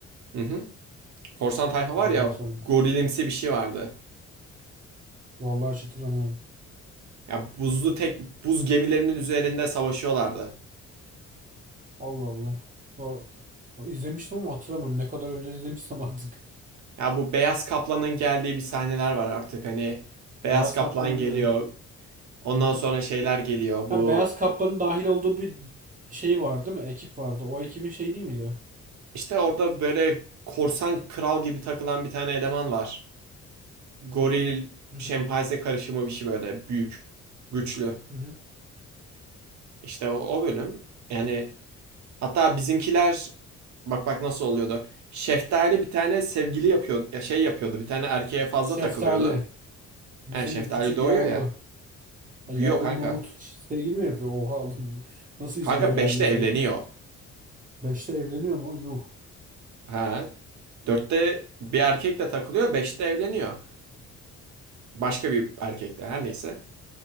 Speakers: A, on the right; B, on the right.
A: Hı hı. Korsan tayfa
B: O
A: var
B: kadar
A: ya,
B: hatırlamıyorum.
A: gorilimsi bir şey vardı.
B: Vallahi hiç hatırlamıyorum.
A: Ya buzlu tek buz gemilerinin üzerinde savaşıyorlardı.
B: Allah Allah. O, izlemiştim ama hatırlamıyorum. Ne kadar önceden izlemişsem artık.
A: Ya bu beyaz kaplanın geldiği bir sahneler var artık hani
B: <laughs>
A: beyaz
B: Beyaz
A: kaplan
B: Kaplan'ı
A: geliyor.
B: biliyorum.
A: Ondan
B: Hı hı.
A: sonra şeyler geliyor.
B: Ha
A: Bu
B: Beyaz Kaplan'ın dahil olduğu bir şey var değil mi? Ekip vardı. O ekibin şey değil miydi?
A: işte orada böyle korsan kral gibi takılan bir tane eleman var. goril
B: Hı hı.
A: şempanze karışımı bir şey böyle büyük, güçlü.
B: Hı hı.
A: İşte o, o bölüm. Yani hatta bizimkiler bak bak nasıl oluyordu. Şeftali bir tane sevgili yapıyordu, ya şey yapıyordu. Bir tane erkeğe fazla
B: Şeftali.
A: takılıyordu.
B: Bizim
A: Yani şeftali
B: küçük
A: doğuyor
B: yavru.
A: ya. Büyüyor
B: Ha, yavrum
A: kanka.
B: Mahmut sevgili mi yapıyor? Oha oğlum. Nasıl
A: Kanka
B: izin veriyor
A: beşte
B: ailesi
A: evleniyor.
B: buna? Beşte evleniyor mu? Yuh.
A: Ha. dörtte bir erkekle takılıyor, beşte evleniyor. Başka bir erkekle her neyse.